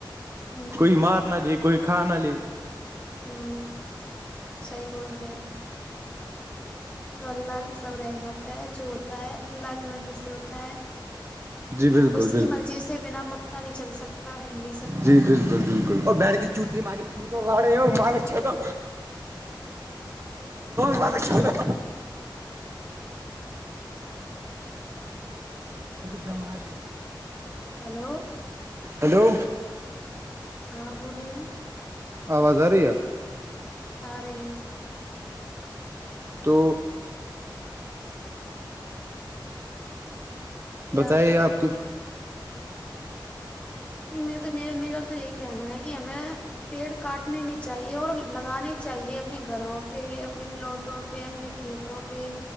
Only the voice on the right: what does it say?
کوئی مار نہ دے کوئی کھ نہ دے
جی بالکل
بالکل
جی بالکل بالکل اور بیڑ کی چوتری مانگ لڑے مار دو مان دو کیا دماغ
ہیلو
آواز آ رہی ہے آپ
تو
بتائیے آپ کچھ